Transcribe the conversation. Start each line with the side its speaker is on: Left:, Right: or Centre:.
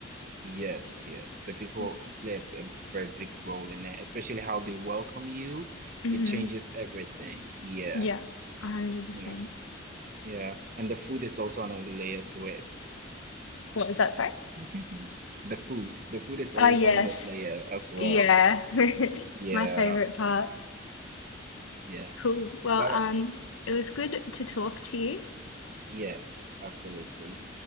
Right: Yes. Yes. The people
Left: Yeah.
Right: play a, a very big role in it, especially how they welcome you.
Left: Mm-hmm.
Right: It changes everything. Yeah.
Left: Yeah, 100%.
Right: Yeah. Yeah. And the food is also another layer to it.
Left: What was that? Sorry?
Right: <laughs> The food. The food is always
Left: Oh, yes.
Right: another layer as well.
Left: Yeah, <laughs>
Right: Yeah.
Left: my favorite part.
Right: Yeah.
Left: Cool. Well,
Right: But
Left: um, it was good to talk to you.
Right: yes, absolutely.